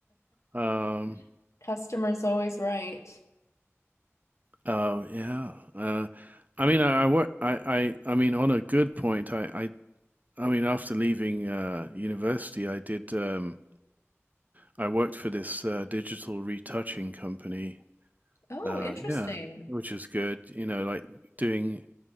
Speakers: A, on the right (about 35°); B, on the left (about 75°).
A: Um,
B: <laughs> customer's always right.
A: oh yeah. Uh, I mean, I, I, wa- I, I I mean, on a good point, I, I, I mean, after leaving uh, university, I did. Um, I worked for this uh, digital retouching company.
B: Oh,
A: Uh,
B: interesting.
A: yeah, which is good. You know, like doing,